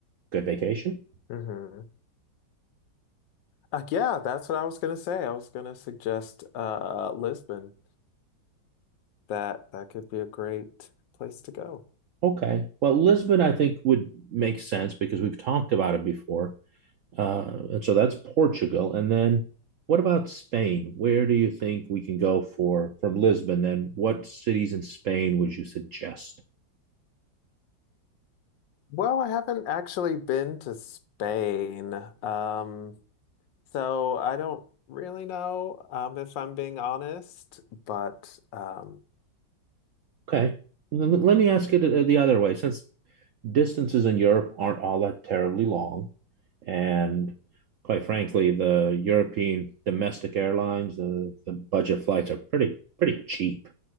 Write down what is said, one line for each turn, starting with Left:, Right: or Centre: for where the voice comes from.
Right: good vacation.
Left: hmm Uh, yeah, that's what I was gonna say. I was gonna suggest uh Lisbon. That that could be a great place to go.
Right: Okay. Well, Lisbon I think would make sense because we've talked about it before. Uh, and so that's Portugal. And then what about Spain? Where do you think we can go for from Lisbon? Then what cities in Spain would you suggest?
Left: Well, I haven't actually been to Spain. Um So I don't really know, um, if I'm being honest, but um,
Right: Okay. L- Let me ask it uh, the other way. Since distances in Europe aren't all that terribly long, and quite frankly, the European domestic airlines, the, the budget flights are pretty pretty cheap.